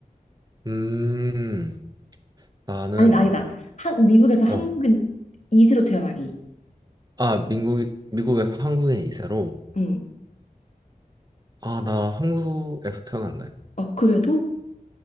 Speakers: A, on the right; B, on the left.
A: 음, 나는,
B: 아니다, 아니다. 한, 미국에서 한국인
A: 어,
B: 이세로 태어나기.
A: 아, 미국, 미국에서 한국인 이세로
B: 응.
A: 아, 나 한국에서 태어났네.
B: 어, 그래도?